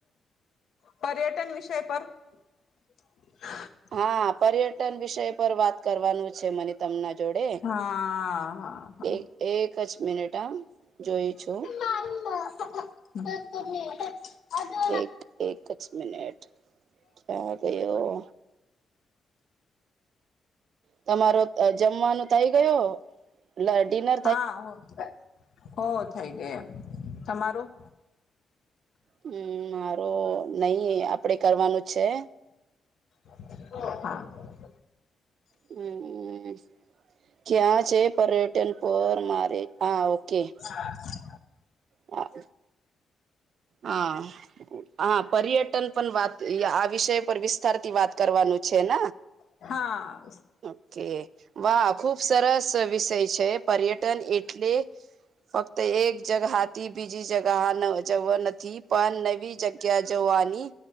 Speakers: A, on the left; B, on the right.
A: પર્યટન વિષય પર <inaudible>
B: હા પર્યટન વિષય પર વાત કરવાનું છે મને. તમના જોડે
A: હા હા
B: એક એક જ મિનિટ આ. જોયું છું.
A: <inaudible>
B: એક એક જ મિનટ ક્યાં ગયો. તમારો જમવાનું થઇ ગયો. <unintelligible>
A: હા હું થા હો થઈ ગયો તમારું.
B: હમ્મ મારો નહીં આપડે કરવાનું છે.
A: <inaudible>
B: હમ્મ. ક્યાં છે પર્યટન પર મારે હા ઓકે.
A: <inaudible>
B: હા. હા. હા પર્યટન પણ વાત આ વિષય પર વિસ્તારથી વાત કરવાનું છે ન.
A: હા
B: ઓકે વાહ! ખુબ સરસ વિષય છે પર્યટન એટલે <inaudible> તે એક જગથી બીજી જગ જવ નથી પણ નવી જગ્યા જવાની.